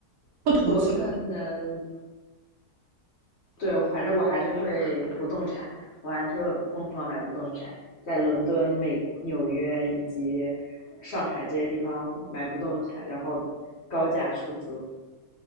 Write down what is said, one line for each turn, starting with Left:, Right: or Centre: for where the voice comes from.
Right: 不投资了，
Left: 我可能对，反正我还是会不动产，我还是疯狂买不动产，在伦敦、美、纽约以及上海这些地方买不动产，然后高价出租。